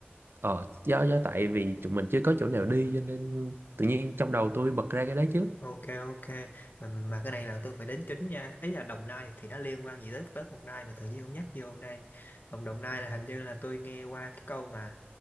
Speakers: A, on the right; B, on the left.
A: Ờ, do, do tại vì tụi mình chưa có chỗ nào đi cho nên tự nhiên trong đầu tôi bật ra cái đấy chứ.
B: ok ok mà, mà cái này là tôi phải đính chính nha ý là Đồng Nai thì nó liên quan gì tới tới đồng Nai mà tự nhiên ông nhắc vô đây Đồng Đồng Nai là hình như là tôi nghe qua cái câu mà